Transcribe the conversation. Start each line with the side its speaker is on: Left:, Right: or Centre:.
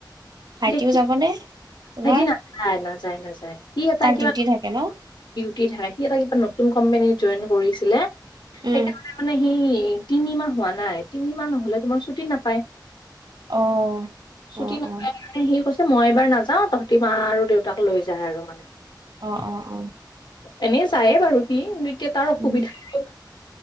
Right: ভাইটিও
Left: দে
Right: যাবনে তোমাৰ
Left: হেতি না যায় নাযায় নাযায় সি এটা
Right: তাৰ
Left: কিবা
Right: ডিউটি থাকে ন
Left: <unintelligible> সি নতুন কম্পেনী জইন কৰিছিলে
Right: উম
Left: সেইকাৰণে মানে সিঞ তিনি মাহ হোৱা নাই তিনি মাহ নহলে তোমাৰ ছুটি নাপায়
Right: অ', অ',
Left: ছুটি
Right: অ',
Left: নাপায় কাণে সি কৈছে মই এইবাৰ নাযাওঁ তহঁতি মা আৰু দেউতাক লৈ যায় আৰু মানে
Right: অ অ অ
Left: এনেই যায়ে বাৰু সি কিন্তু এতিয়া তাৰ অসুবিধা
Right: উম,